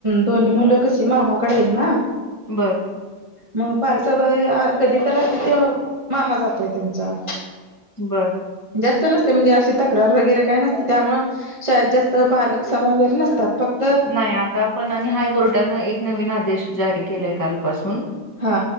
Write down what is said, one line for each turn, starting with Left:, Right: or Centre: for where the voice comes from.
Right: दोन्ही मुलं कशी मामाकडे येत नं
Left: बरं
Right: मग पालसाबा कधी तर असतेथ मामा जातोय त्यांचा
Left: बर
Right: जास्त नसते म्हणजे अशी तक्रार वगैरे काय नसते. त्यामुळं शाळेत जास्त पालक सभा वगैरे नसतात. फक्त
Left: नाही आता पण आणि हायकोर्टानं एक नवीन आदेश जारी केलाय कालपासून
Right: हा